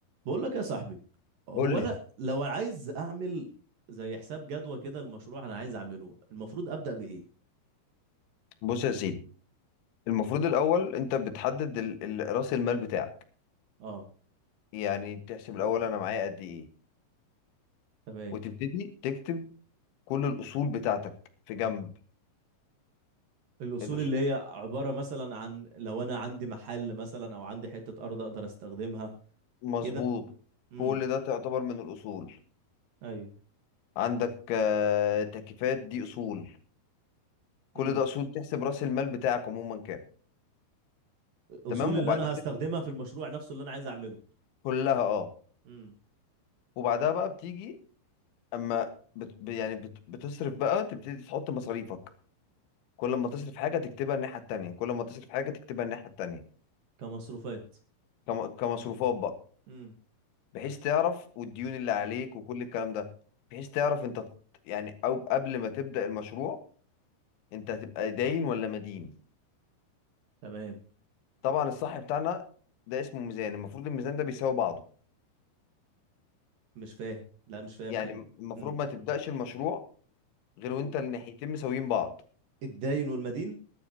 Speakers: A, on the right (about 60°); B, on the left (about 75°).
A: بقول لك يا صاحبي هو
B: قول لي
A: انا لو عايز اعمل زي حساب جدوى كده المشروع انا عايز اعمله المفروض ابدا بايه
B: بص يا سيدي المفروض الاول انت بتحدد ال- ال- راس المال بتاعك
A: اه
B: يعني بتحسب الاول انا معايا قد ايه
A: تمام
B: وتبتدي تكتب كل الاصول بتاعتك في جنب
A: الاصول
B: الاصول
A: اللي هي عباره مثلا عن لو انا عندي محل مثلا او عندي حته ارض اقدر استخدمها
B: مظبوط
A: كده امم
B: كل ده تعتبر من الاصول
A: ايوه
B: عندك آه، تكييفات دي اصول كل
A: امم
B: ده اصول تحسب راس المال بتاعك عموما كام
A: الاصول
B: تمام
A: اللي
B: وبعد
A: انا هستخدمها
B: كده
A: في المشروع نفسه اللي انا عايز اعمله
B: كلها اه
A: امم
B: وبعدها بقى بتيجي اما بت... يعني بت... بتصرف بقى تبتدي تحط مصاريفك كل ما تصرف حاجة تكتبها الناحية التانية كل ما تصرف حاجة تكتبها الناحية التانية
A: كمصروفات
B: كم- كمصروفات بقى
A: امم
B: بحيث تعرف والديون اللي عليك وكل الكلام ده بحيث تعرف انت ت- يعني او قبل ما تبدأ المشروع انت هتبقى داين ولا مدين
A: تمام
B: طبعا الصح بتاعنا ده اسمه ميزان المفروض الميزان ده بيساوي بعضه
A: مش فاهم لا مش فاهم
B: يعني
A: حلو
B: المفروض
A: امم
B: ما تبدأش المشروع غير وانت
A: و-
B: الناحيتين مساويين بعض
A: الداين والمدين